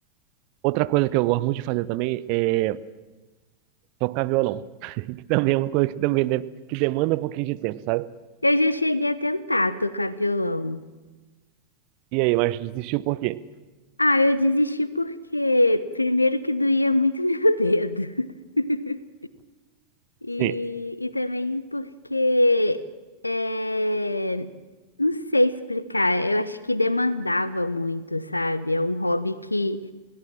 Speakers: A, on the right; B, on the left.
A: Outra coisa que eu gosto muito de fazer também é tocar violão, <laughs> que também é uma coisa que também deve- que demanda um pouquinho de tempo, sabe?
B: Eu já cheguei a tentar tocar violão.
A: E aí, mas desistiu por quê?
B: Ah, eu desisti porque primeiro que doía muito <laughs> meu dedo. <laughs> E,
A: Sim.
B: e também porque, é, não sei explicar, eu acho que demandava muito, sabe? É um hobby que